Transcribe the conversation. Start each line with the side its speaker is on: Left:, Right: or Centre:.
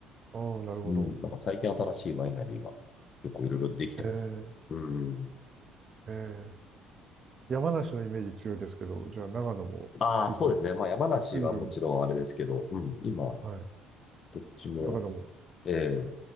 Right: ああ、なるほど。
Left: うん、なんか最近新しいワイナリーが結構いろいろできてます。
Right: え
Left: うん。
Right: え、ええ、山梨のイメージ強いですけど、じゃあ長野も今、
Left: ああ、そうですね。まあ山梨はもちろんあれですけど、
Right: ぐんぐん、
Left: うん、今、
Right: はい、
Left: どっちも、
Right: 長野も。
Left: ええ